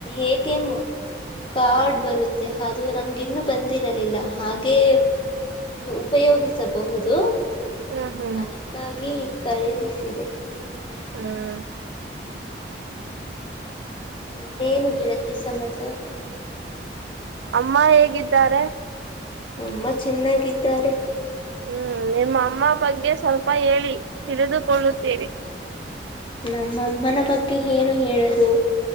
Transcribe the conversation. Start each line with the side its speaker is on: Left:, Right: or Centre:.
Left: ಎ ಟಿ ಎಂ ಕಾರ್ಡ್ ಬರುತ್ತೆ ಅದು ನಮ್ಗೆ ಇನ್ನುೂ ಬಂದಿರಲಿಲ್ಲ. ಹಾಗೆ ಉಪಯೋಗಿಸಬಹುದು
Right: ಹ್ಮ್ ಹ್ಮ್
Left: ಅದಕ್ಕಾಗಿ ಕಳುಹಿಸಿದೇ.
Right: ಹ್ಮ್
Left: ಇನ್ನೇನು ಗೆಳತಿ ಸಮಚಾರ
Right: ಅಮ್ಮ ಹೇಗಿದ್ದಾರೆ.
Left: ನಮ್ಮ ಚೆನ್ನಾಗಿದ್ದಾರೆ.
Right: ಹ್ಮ್ ನಿಮ್ಮ ಅಮ್ಮ ಬಗ್ಗೆ ಸ್ವಲ್ಪ ಹೇಳಿ ತಿಳಿದುಕೊಳ್ಳುತೆನೆ
Left: ನಮ್ಮಮ್ಮನ ಬಗ್ಗೆ ಏನು ಹೇಳುದು.